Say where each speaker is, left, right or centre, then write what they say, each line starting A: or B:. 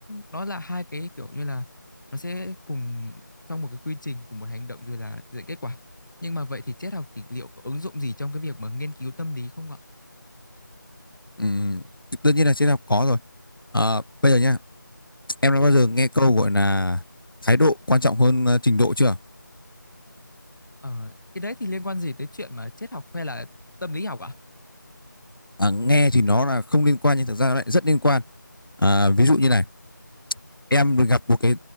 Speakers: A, on the left; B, on the left.
A: nó là hai cái kiểu như là nó sẽ cùng trong một cái quy trình cùng một hành động rồi là dẫn kết quả. Nhưng mà vậy thì triết học thì liệu có ứng dụng gì trong cái việc mà nghiên cứu tâm lý không ạ?
B: Ừm, tất nhiên là triết học có rồi Ờ, bây giờ nhá em đã bao giờ nghe câu gọi là thái độ quan trọng hơn ờ, trình độ chưa
A: Ờ, cái đấy thì liên quan gì tới chuyện mà triết học hay là tâm lý học ạ?
B: Ờ, nghe thì nó là không liên quan nhưng thực ra nó lại rất liên quan Ờ, ví dụ như này em gặp một cái